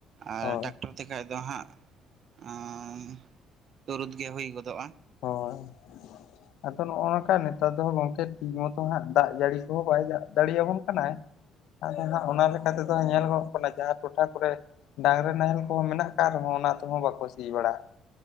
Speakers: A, on the right (about 50°); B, on the left (about 75°).
A: ᱟᱨ
B: ᱦᱳᱭ
A: ᱴᱟᱠᱴᱚᱨ ᱼᱼ ᱛᱮᱠᱟᱡ ᱫᱚ ᱦᱟᱸᱜ, ᱟᱸᱻ, ᱛᱩᱨᱩᱫ ᱜᱮ ᱦᱩᱭ ᱜᱚᱫᱚᱜᱼᱟ।
B: ᱦᱳᱭ। ᱟᱫᱚ ᱱᱚᱜᱼᱚᱭ ᱱᱚᱝᱠᱟ ᱱᱮᱛᱟᱨ ᱫᱚ ᱜᱚᱝᱠᱮ ᱴᱷᱤᱠ ᱢᱚᱛᱚ ᱦᱟᱸᱜ ᱫᱟᱜ ᱡᱟᱹᱲᱤ ᱠᱚᱦᱚᱸ, ᱵᱟᱭ ᱫᱟᱜ ᱫᱟᱲᱤᱭᱟᱵᱚᱱ ᱠᱟᱱᱟᱭ। ᱟᱫᱚ ᱦᱟᱸᱜ ᱚᱱᱟ ᱞᱮᱠᱟ ᱛᱮᱫᱚ, ᱧᱮᱞᱚᱜᱚᱜ ᱼᱼ ᱠᱟᱱᱟ, ᱡᱟᱦᱟᱸ ᱴᱚᱴᱷᱟ ᱠᱚᱨᱮ ᱰᱟᱝᱨᱟ ᱱᱟᱦᱮᱞ ᱠᱚᱦᱚᱸ ᱢᱮᱱᱟᱜ ᱟᱠᱟᱫ ᱨᱮᱦᱚᱸ, ᱚᱱᱟ ᱛᱮᱦᱚᱸ ᱵᱟᱠᱚ ᱥᱤ ᱵᱟᱲᱟ ᱼᱼ